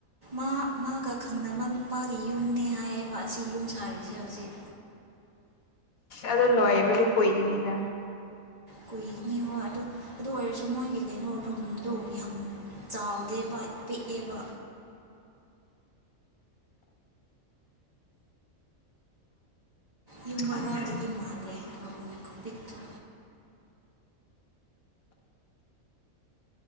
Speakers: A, on the right; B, on the left.
A: ꯃꯥ ꯃꯥꯒ ꯈꯪꯅꯕ ꯅꯨꯄꯥꯒꯤ ꯌꯨꯝꯅꯤ ꯍꯥꯏꯌꯦꯕ ꯑꯁꯤ ꯌꯨꯝ ꯁꯥꯔꯤꯁꯦ ꯍꯧꯖꯤꯛ
B: ꯑꯗꯨꯗꯣ ꯂꯣꯏꯕ ꯀꯣꯏ ꯀꯅꯤꯗ
A: ꯀꯨꯏꯒꯅꯤ ꯍꯣꯏ ꯑꯗꯨꯗ ꯑꯗꯨ ꯑꯣꯏꯔꯁꯨ ꯃꯣꯏꯒꯤ ꯀꯩꯅꯣ ꯔꯨꯝꯗꯣ ꯌꯥꯝ ꯆꯥꯎꯗꯦꯕ ꯄꯤꯛꯑꯦꯕ ꯌꯨꯝꯕꯔꯥꯗꯒꯤ
B: ꯈꯪꯗ꯭ꯔꯦ
A: ꯃꯥꯜꯂꯦ ꯨꯝꯃꯦ ꯀꯧꯕ ꯄꯤꯨ